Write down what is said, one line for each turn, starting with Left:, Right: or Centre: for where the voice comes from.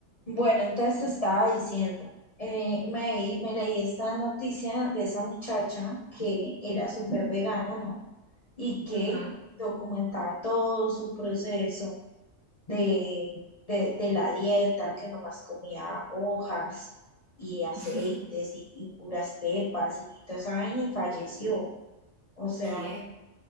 Left: Bueno, entonces te estaba diciendo, eh, me, me leí esta noticia de esa muchacha que era súper vegana, ¿no? Y que
Right: Ujú.
Left: documentaba todo su proceso de, de, de la dieta, que nomás comía hojas y aceites
Right: <laughs>
Left: y, y puras pepas y, y toda esa vaina y falleció. O sea,
Right: ¿Qué?